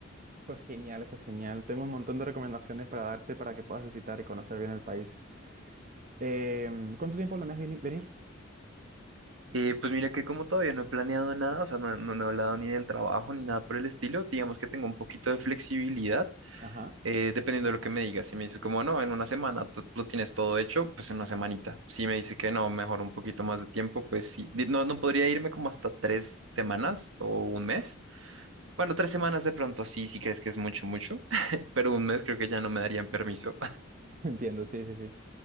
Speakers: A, on the right; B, on the right.
A: Eso es genial, eso es genial. Tengo un montón de recomendaciones para darte para que puedas visitar y conocer bien el país. Em, ¿cuánto tiempo planeas veni- venir?
B: Eh, pues mira que como todavía no he planeado nada, o sea, no, no- no he hablado ni del trabajo ni nada por el estilo, digamos que tengo un poquito de flexibilidad,
A: Ajá,
B: eh, dependiendo de lo que me digas. Si me dices como, no, en una semana tú lo tienes todo hecho, pues en una semanita. Si me dices que no, mejor un poquito más de tiempo, pues sí. Di- No, no podría irme como hasta tres semanas o un mes. Bueno, tres semanas de pronto sí, si crees que es mucho, mucho, <laughs> pero un mes creo que ya no me darían permiso. <laughs>
A: <laughs> entiendo, sí, sí, sí.